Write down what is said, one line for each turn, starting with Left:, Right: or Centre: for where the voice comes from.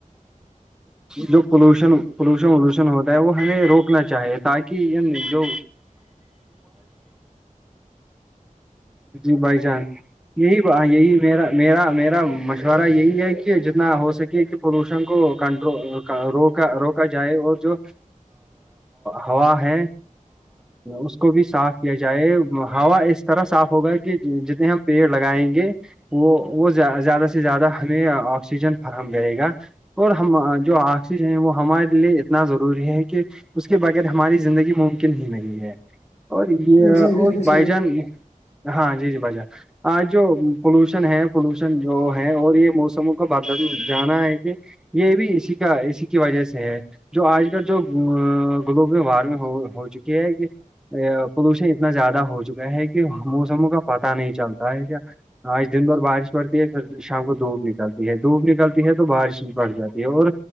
Centre: جو پولوشن پولوشن وولوشن ہوتا ہے وہ ہمیں روکنا چاہیے تاکہ جو جی بائی چانس یہی یہی میرا میرا میرا مشورہ یہی ہے کہ جتنا ہو سکے کہ پولوشن کو کنٹر روکا روکا جائے اور جو ہوا ہے اس کو بھی صاف کیا جائے ہوا اس طرح صاف ہوگا کہ جتنے ہم پیڑ لگائیں گے وہ وہ زیادہ سے زیادہ ہمیں آکسیجن فراہم کرے گا اور ہم جو آکسیجن ہے وہ ہمارے لیے اتنا ضروری ہے کہ اس کے بغیر ہماری زندگی ممکن ہی نہیں ہے اور یہ
Left: جی
Centre: اور
Left: بالکل
Centre: بائی
Left: صحیح
Centre: جان ہاں جی جی بائی جان آج جو پولوشن ہے پولوشن جو ہے اور یہ موسموں کا ب جانا ہے کہ یہ بھی اسی کا اسی کی وجہ سے ہے جو آج کل جو گلوبل وارمنگ ہو چکی ہے کہ پولوشن اتنا زیادہ ہو چکا ہے کہ موسموں کا پتا نہیں چلتا ہے کیا آج دن بھر بارش پڑتی ہے پھر شام کو دھوپ نکلتی ہے دھوپ نکلتی ہے تو بارش نہیں بڑھ جاتی ہے اور